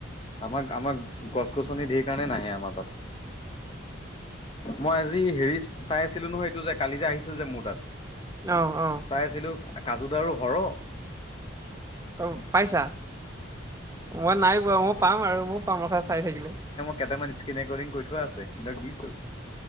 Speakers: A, on the left; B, on the right.
A: আমাক আমাক গছ গছনি ধেৰ কাৰণে নাহে আমাৰ তাত। মই আজি হেৰি চাই আছিলো নহয় এইটো যে কালি যে আহিছিল যে মোৰ তাত
B: অ', অ',
A: চাই আছিলো। কাজু দাৰু সৰ
B: অ পাইছা? মই নাই বোৱা মই পাম আৰু মোৰ পাম ৰস চাই থাকিলে।
A: কেইটান স্ক্ৰীণ ৰেকৰ্ডিং কৰি থোৱা আছে সিহঁতক দিছো।